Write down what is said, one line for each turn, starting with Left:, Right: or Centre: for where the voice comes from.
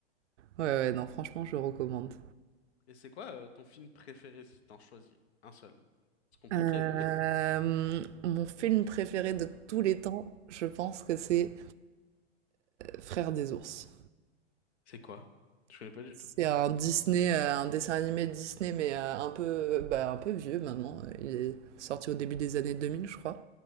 Right: Ouais, ouais, non, franchement, je recommande.
Left: Et c'est quoi euh, ton film préféré si t'en choisis? Un seul. C'est compliqué,
Right: Euh,
Left: mais <laughs>
Right: mon film préféré de tous les temps, je pense que c'est Frères des ours.
Left: c'est quoi? Je connais pas du
Right: C'est
Left: tout.
Right: un Disney, euh, un dessin animé Disney, mais euh, un peu, euh, bah, un peu vieux maintenant. Il est sorti au début des années 2000, je crois.